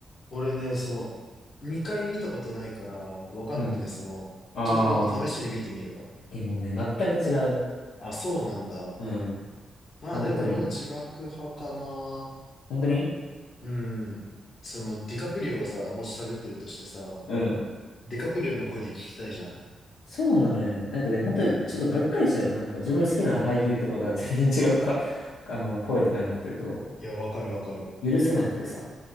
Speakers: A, on the left; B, on the left.
A: 俺ね、その、2回見たことないから、わかんなくて、
B: うん。
A: その、
B: ああ、
A: ちょっと今度試しに見てみるわ。
B: え、もうね、全く違うよ。
A: あ、そうなんだ。
B: うん。
A: まあでも俺も字幕派かな。
B: 本当に。本当に
A: うん。その、ディカプリオがさ、もし喋ってるとしてさ、
B: うん。
A: ディカプリオの声で聞きたいじゃん。
B: そうなのよね。なんかね、本当にちょっとがっかりしたの。
A: うん。
B: なんか自分の好きな俳優とかが全然違うか、<laughs> あの、声とかになってると、
A: いや、わかるわかる。
B: 許せなくてさ。